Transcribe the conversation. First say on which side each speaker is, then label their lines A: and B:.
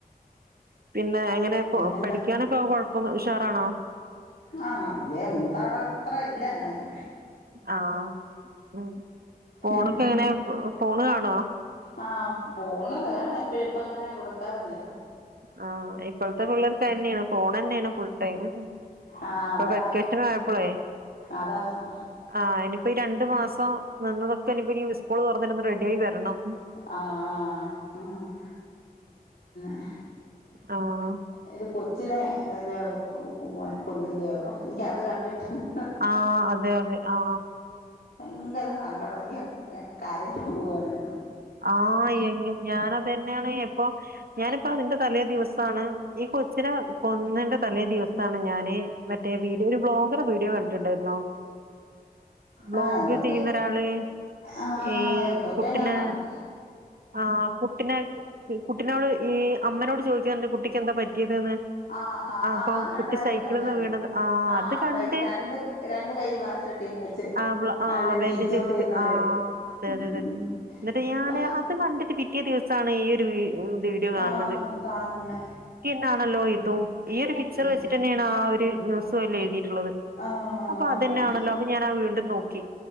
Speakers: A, on the right (about 75°); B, on the left (about 75°).
A: പിന്നെ എങ്ങനെ
B: പിന്നെന്താ
A: കൊ പഠിക്കാനൊക്കെ കൊഴപ്പൊന്നു ഉഷാറാണോ
B: ആ ല്ല്യ മൂത്താടത്രല്ല ന്നാലും
A: ആ ഉം ഫോണൊക്കെങ്ങെനെ
B: ഉം
A: ഫോണ് കാണ് ആ
B: ആ ഫോണ് വേണം എപ്പയുംഇപ്പ അങ്ങനെ കൊട്ക്കാറില്ല
A: ആ ഇപ്പഴ്‌ത്തെ പിള്ളേർക്കയ്ന്നാണ് ഫോണെന്നെയാണ് ഫുൾടൈമ്
B: ആഹ്
A: ഇപ്പൊ
B: അതാ
A: വെക്കേഷെനായപ്പെളേ
B: അതാണ്
A: ആ നിപ്പ് രണ്ടു മാസം നിന്നതൊക്കെ നിപ്പ നി സ്കൂള് തുറന്നിട്ടൊന്ന് റെഡിയായി വരണം.
B: ആഹ് ആഹ് <unintelligible>
A: ആഹ്
B: ഒരു കൊച്ചിനെ <unintelligible> കൊന്നില്ല്യയോ എനിക്കത് കണ്ടിട്ടാ
A: ആ അതെയതെ ആ
B: ഭയങ്കര സങ്കട എനിക്ക കരഞ്ഞ് പോവാങ്ങനെ.
A: ആ എങ്ങെ ഞാനതന്നെയാണ് എപ്പൊ ഞാനിപ്പോ അതിന്റെ തലേ ദിവസാണ് ഈ കൊച്ചിനെ കൊന്നെന്റെ തലേ ദിവസാണ് ഞാന് മറ്റേ വീഡിയോല് ഒരു ബ്ലോഗറെ വീഡിയോ കണ്‌ <unintelligible> ബ്ലോഗ്
B: ആ എന്തൊക്കെ
A: ചെയ്യുന്ന ഒരാള്
B: ആ
A: ഈ
B: എന്തൊക്കെയോ
A: കുട്ട്നെ
B: ഞാൻ കണ്ട്
A: ആ കുട്ട്നെ കുട്ട്നോട് ഈ അമ്മനോട് ചോദിക്കണ്ട് കുട്ടിക്ക് എന്താ പറ്റിതിന്ന്
B: ആ ആ
A: അ
B: ആ
A: അപ്പം
B: അത് കണ്ടായിരുന്നു
A: കുട്ടി സൈക്കിളിന്ന്
B: കണ്ടായിരുന്നു
A: വീണത് ആ അത് കണ്ട്
B: സൈ രണ്ട് രണ്ട് കൈയും പ്ലാസ്റ്റർ ഇട്ടീന്ന് വെച്ച്
A: ആ ആ ആ
B: നല്ല
A: വേൻറ്റെജ്
B: ചിരിച്ചോണ്ടിരുന്നൊരു
A: ഇട്ടിട്ട് ആ അതേതെ.
B: ഉം ഉം
A: ഞാനെ
B: ഓ
A: അത് കണ്ടിട്ട് പിറ്റ്യേ ദിവസ് <unintelligible> ഈ ഒരു വീ മ് വീഡിയോ കാണുന്നത്
B: ആ
A: <unintelligible>
B: കാണുന്നെ
A: <unintelligible> ഇതും. ഈയൊരു പിക്ചർ
B: അങ്ങനെ
A: വെച്ചിട്ടന്നെയാണ് ആ ഒര് ന്യൂസോലെ എഴിതിട്ട്
B: ആ
A: അപ്പൊ
B: അതന്നെ
A: അതന്നെയാണല്ലോ അപ്പൊ ഞാനാ വീണ്ടും നോക്കി